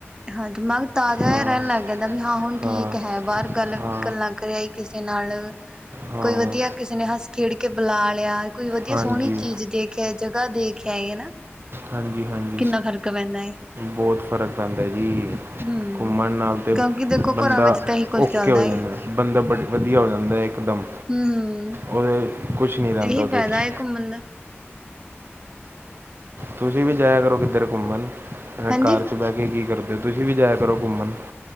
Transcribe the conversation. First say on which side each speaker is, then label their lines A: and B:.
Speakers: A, on the right; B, on the right.
A: ਹਾਂ ਦਿਮਾਗ ਤਾ- ਜਾਂ
B: ਹਾਂ
A: ਰਹਿਣ ਲੱਗ ਜਾਂਦਾ ਵੀ ਹਾਂ ਹੁਣ ਠੀਕ
B: ਹਾਂ
A: ਹੈ ਬਾਹਰ ਗੱਲ
B: ਹਾਂ
A: ਗੱਲਾਂ ਕਰਿਆ ਹੀ ਕਿਸੇ ਨਾਲ।
B: ਹਾਂ
A: ਕੋਈ ਵਧੀਆ ਕਿਸੇ ਨੇ ਹੱਸ ਖੇਡ ਕੇ ਬੁਲਾ ਲਿਆ। ਕੋਈ ਵਧੀਆ
B: ਹਾਂਜੀ
A: ਸੋਹਣੀ ਚੀਜ਼ ਦੇਖ ਆਏ ਜਗ੍ਹਾ ਦੇਖਿਆ ਹਨਾ।
B: ਹਾਂਜੀ- ਹਾਂਜੀ।
A: ਕਿੰਨਾ ਫ਼ਰਕ ਪੈਂਦਾ ਏ
B: ਬਹੁਤ ਫ਼ਰਕ ਪੈਂਦਾ ਜੀ।
A: ਹੂੰ
B: ਮਣ ਨਾਲ ਤੇ,
A: ਕਿਉਂਕਿ ਦੇਖੋ
B: ਬੰਦਾ,
A: ਘਰਾਂ ਵਿੱਚ ਤਾਂ ਇਹੀ ਕੁਛ
B: ਓਕੇ
A: ਚੱਲਦਾ
B: ਹੋ
A: ਏ
B: ਜਾਂਦਾ। ਬੰਦਾ ਬੜ ਵਧੀਆ ਹੋ ਜਾਂਦਾ ਇਕਦਮ।
A: ਹਮ।
B: ਉਹਦੇ ਕੁਛ ਨਹੀਂ ਰਹਿੰਦਾ
A: ਇਹੀ
B: ਉਹਦੇ
A: ਫਾਇਦਾ
B: 'ਚ
A: ਏ ਘੁੰਮਣ ਦਾ।
B: ਤੁਸੀ ਵੀ ਜਾਇਆ ਕਰੋ ਕਿੱਧਰ ਘੁੰਮਣ। ਆਪਣੇ
A: ਹਾਂਜੀ
B: ਘਰ ਚ ਬਹਿ ਕੇ ਕੀ ਕਰਦੇ ਹੋ ਤੁਸੀ ਵੀ ਜਾਇਆ ਕਰੋ ਘੁੰਮਣ।